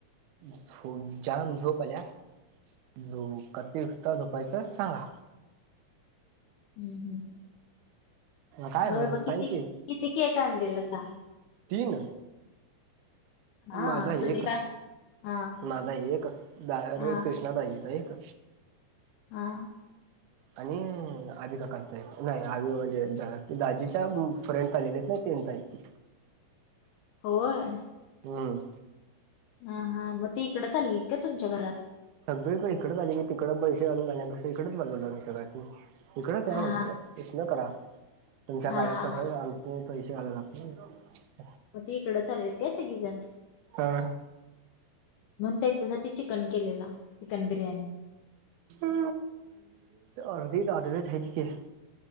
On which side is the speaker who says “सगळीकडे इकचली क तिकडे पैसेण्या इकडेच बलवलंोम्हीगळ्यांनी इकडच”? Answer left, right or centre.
Right